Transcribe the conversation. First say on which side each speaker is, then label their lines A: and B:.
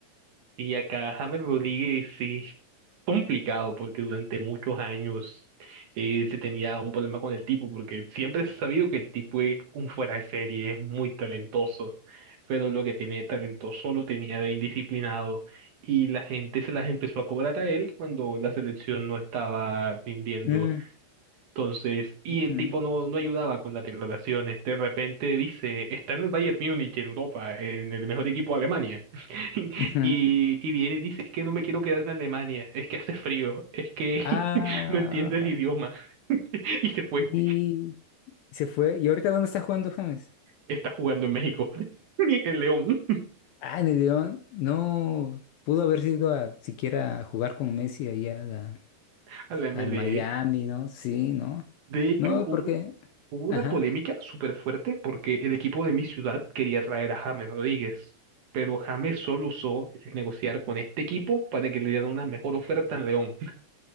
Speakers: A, on the right; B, on the left.
A: Y acá James Rodríguez sí complicado porque durante muchos años eh, se tenía un problema con el tipo, porque siempre se ha sabido que el tipo es un fuera de serie, es muy talentoso, pero lo que tiene de talentoso lo tenía de indisciplinado y la gente se las empezó a cobrar a él cuando la selección no estaba rindiendo.
B: Mm,
A: Entonces, y
B: ujú,
A: el tipo no, no ayudaba con las declaraciones. De repente dice, está en el Bayern Múnich, en Europa, en el mejor equipo de Alemania. <laughs>
B: ujú.
A: Y, y viene y dice, es que no me quiero quedar en Alemania, es que hace frío, es que
B: Ah,
A: <laughs> no entiendo el idioma. <laughs> Y se fue.
B: y se fue. ¿Y ahorita dónde está jugando James?
A: Está jugando en México, <laughs> en León,
B: Ah, en el León. No pudo haber sido a siquiera a jugar con Messi allá a la-
A: <laughs> a la MLS.
B: al Miami, ¿no? Sí, ¿no?
A: De hecho,
B: No,
A: hubo,
B: porque.
A: hubo una
B: Ajá.
A: polémica súper fuerte porque el equipo de mi ciudad quería traer a James Rodríguez, pero James solo usó el negociar con este equipo para que le dieran una mejor oferta en León. <laughs>